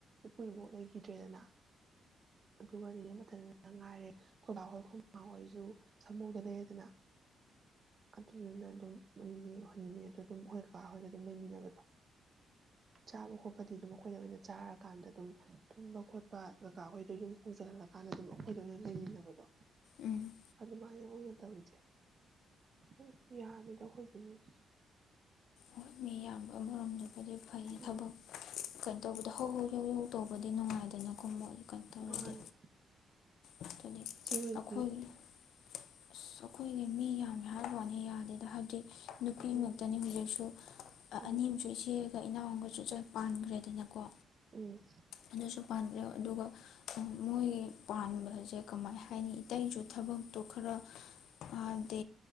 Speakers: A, on the right (about 30°); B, on the left (about 85°).
A: ꯏꯄꯨ ꯏꯕꯣꯛ ꯂꯩꯈꯤꯗ꯭ꯔꯦꯗꯅ ꯑꯗꯨꯒ ꯅꯤꯅꯦ ꯃꯊꯟꯗ ꯉꯥꯏꯔꯦ ꯈꯣꯏꯕꯥꯍꯣꯢ ꯈꯣꯏꯃꯥꯍꯣꯢꯁꯨ ꯁꯃꯨꯗ ꯂꯩꯔꯦꯗꯅ ꯑꯗꯨꯗꯨꯅ ꯑꯗꯨꯝ ꯃꯣꯢ ꯅꯤꯅꯦ ꯈꯣꯢꯏ ꯅꯤꯅꯦ ꯑꯗ ꯑꯗꯨꯝ ꯑꯈꯣꯏ ꯀꯥ ꯍꯣꯏꯒ ꯑꯗꯨꯝ ꯂꯩꯃꯤꯟꯅꯕꯗꯣ ꯆꯥꯕ ꯈꯣꯠꯄꯗꯤ ꯑꯗꯨꯝ ꯑꯈꯣꯢꯗ ꯑꯣꯏꯅ ꯆꯥꯔꯀꯥꯟꯗ ꯑꯗꯨꯝ ꯇꯨꯝꯕ ꯈꯣꯠꯄ ꯀꯀ ꯑꯈꯣꯏ ꯑꯗꯨ ꯌꯨꯝ ꯍꯣꯡꯖꯜꯍꯜꯂꯀꯥꯟꯗ ꯑꯗꯨꯝ ꯑꯩꯈꯣꯏꯗ ꯑꯣꯏꯅ ꯂꯩꯃꯤꯟꯅꯕꯗꯣ
B: ꯎꯝ
A: ꯑꯗꯨꯃꯥꯏꯅ ꯑꯣꯏꯅ ꯇꯧꯔꯤꯖꯦ ꯎꯝ ꯌꯥꯃꯤꯗ ꯑꯈꯣꯢ ꯢꯃꯨꯡ ꯃꯤ
B: ꯍꯣꯏ ꯃꯤꯌꯥꯝꯕ ꯑꯃꯔꯣꯝꯗꯕꯨꯗꯤ ꯐꯩꯌꯦ
A: ꯎꯝ
B: ꯊꯕꯛ ꯀꯩꯅꯣ ꯇꯧꯕꯗꯣ ꯍꯧ ꯍꯧ ꯌꯧ ꯌꯧ ꯇꯧꯕꯗꯤ ꯅꯨꯡꯉꯥꯏꯗꯅꯀꯣ ꯃꯣꯢ ꯀꯩꯅꯣ ꯇꯧꯔꯗꯤ
A: ꯃꯥꯅꯦ
B: ꯑꯗꯨꯗꯤ
A: ꯏꯆꯦ ꯍꯣꯏꯒꯤ
B: ꯑꯈꯣꯏꯒꯤ ꯑꯁ ꯑꯩꯈꯣꯏꯒꯤꯗꯤ ꯃꯤ ꯌꯥꯝꯃꯦ ꯍꯥꯏ ꯋꯥꯅꯤ ꯌꯥꯗꯦꯗ ꯍꯥꯏꯕꯗꯤ ꯅꯨꯄꯤꯉꯥꯛꯇꯅꯤ
A: ꯎꯝ
B: ꯍꯧꯖꯤꯛꯁꯨ ꯑꯣꯛ ꯑ
A: ꯎꯝ
B: ꯑꯅꯤ ꯑꯃꯁꯨ ꯏꯆꯦꯒ ꯏꯅꯥꯎ ꯑꯃꯒꯁꯨ ꯆꯆ ꯄꯥꯟꯈ꯭ꯔꯦꯗꯅꯀꯣ
A: ꯎꯝ
B: ꯑꯗꯨꯁꯨ ꯄꯥꯟꯈ꯭ꯔꯦ ꯑꯗꯨꯒ ꯎꯝ ꯃꯣꯏꯒꯤ ꯄꯥꯟꯕꯁꯦ ꯀꯃꯥꯏ ꯍꯥꯏꯅꯤ ꯏꯇꯩꯁꯨ ꯊꯕꯛꯇꯣ ꯈꯔ ꯍꯥꯏꯕꯗꯤ